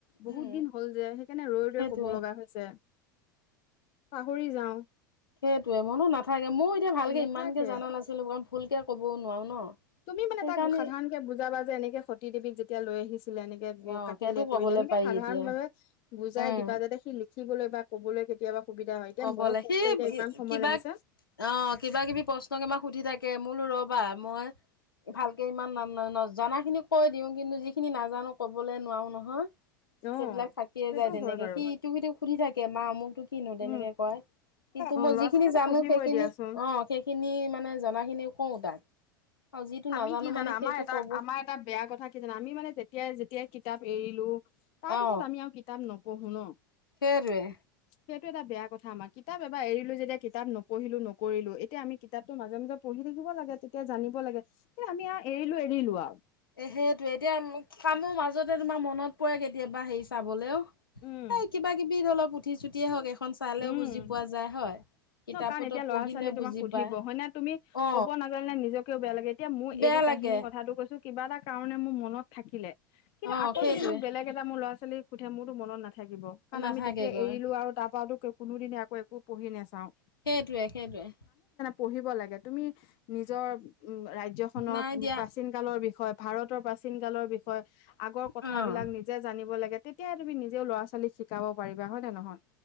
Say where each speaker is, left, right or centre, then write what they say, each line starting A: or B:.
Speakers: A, on the left (about 45°); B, on the left (about 85°).
A: বহুত
B: উম
A: দিন হ'ল যে সেইকাৰণে ৰৈ
B: সেইটোৱে
A: ৰৈ কব লগা হৈছে পাহৰি যাও।
B: সেইটোয়ে মইনো নাথাকে ময়ো এতিয়া ভালকে
A: নেথাকে
B: ইমানকে জনা নাছিলো কাৰণ ভুলকে ক'বও নোৱাৰো ন।
A: তুমি মানে
B: সেইকাৰণে
A: তাক সাধাৰণকে বুজাবা যে এনেকে সতী দেৱীক যেতিয়া লৈ আহিছিল লে এনেকে গ
B: অ
A: কাটিলে
B: সেইটো কবলে
A: কৰিলে এনেকে
B: পাৰি
A: সাধাৰণ
B: এতিয়া
A: ভাৱে বুজাই
B: উম
A: দিবা যাতে সি সিকিবলৈ বা কবলৈ কেতিয়াবা সুবিধা হয় এতিয়া
B: কবলে
A: মই কওঁতে
B: সি
A: এতিয়া ইমান সময়
B: কিবা
A: লাগিছে
B: অ কিবা -কিবি প্ৰশ্নকে মাক সুধি থাকে মোৰো ৰবা মই ভালকে ইমান ন ন জনা খিনি কৈ দিও কিন্তু যিখিনি নাজানো কবলৈ নোৱাৰো নহয়।
A: অ
B: সেইবিলাক থাকিয়ে
A: সেইটো
B: যায় তেনেকে
A: হয় বাৰু
B: সি ইটোক সিটোক সুধি থাকে মা আমোকটো কিনো তেনেকে
A: উম
B: কয়। কিন্তু
A: অ
B: মই
A: ল'ৰা
B: যিখিনি
A: ছোৱালীটো
B: জানো
A: সুধিবই
B: সেইখিনিক
A: দিয়াচোন
B: অ সেইখিনি মানে জনা খিনি কওঁ তাক আৰু যিটো
A: আমি
B: নাজানো
A: কি জানা
B: মানে সেইটো
A: আমাৰ এটা
B: ক'ব
A: আমাৰ এটা বেয়া কথা কি জানা আমি মানে যেতিয়াই যেতিয়াই কিতাপ এৰিলো তাৰপিছত
B: অ
A: আমি আৰু কিতাপ নপঢ়ো ন।
B: সেইটোৱে
A: সেইটো এটা বেয়া কথা আমাৰ কিতাপ এবাৰ এৰিলো যেতিয়া কিতাপ নপঢ়িলো নকৰিলো। এতিয়া আমি কিতাপটো মাজে -মাজে পঢ়ি থাকিব লাগে তেতিয়া জানিব লাগে কি আমি এৰিলো এৰিলো আৰু
B: এ সেইটোৱে এতিয়া কামো মাজতে তোমাৰ মনত পৰে কেতিয়াবা হেৰি চাবলেও।
A: উম
B: এই কিবা -কিবি অলপ উঠি চুতিয়ে হওক এখন চালেও
A: উম
B: বুজি পোৱা যায় হয়। কিতাপতো
A: ন কাৰণ এতিয়া ল'ৰা
B: পঢ়িলে
A: ছোৱালীয়ে তোমাক
B: বুজি
A: সুধিব
B: পায়
A: হয় নে তুমি
B: অ
A: ক'ব নাজানে নিজকেও বেয়া লাগে এতিয়া মোৰ
B: বেয়া
A: এইটো কাৰ
B: লাগে।
A: কাহিনি কথাটো কৈছো কিবা এটা কাৰণে মোৰ মনত থাকিলে কিন্তু
B: অ
A: আকৌ
B: সেইটোৱে
A: যদি মোক বেলেগ এটা মোৰ ল'ৰা- ছোৱালী সুধে মোৰতো মনত নাথা থাকিব, কাৰণ
B: নাথাকেগৈ
A: আমি তেতিয়া এৰিলো আৰু তাৰ পৰাতো কোনোদিনে আকৌ একো পঢ়ি নাচাও।
B: সেইটোৱে সেইটোৱে।
A: পঢ়িব লাগে, তুমি নিজৰ উম ৰাজ্যখনৰ
B: নাই দিয়া
A: প্ৰাচীন কালৰ বিষয় বিষয় ভাৰতৰ প্ৰাচীন কালৰ বিষয়, আগৰ কথাবিলাক
B: অ'।
A: নিজে জানিব লাগে। তেতিয়া তুমি নিজেও ল'ৰা -ছোৱালীক শিকাব পাৰিবা হয় নে নহয়?